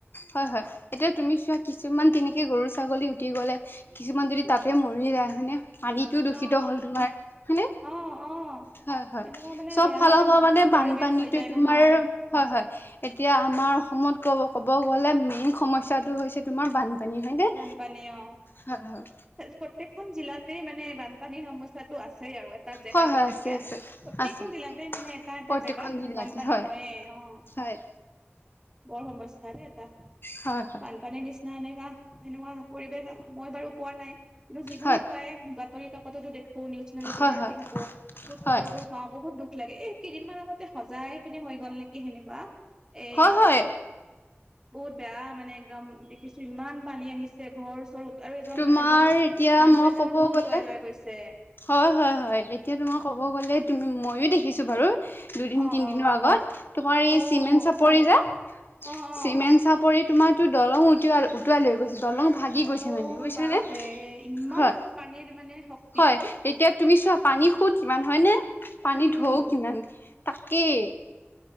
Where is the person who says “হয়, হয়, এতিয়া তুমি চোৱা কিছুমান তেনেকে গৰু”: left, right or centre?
Left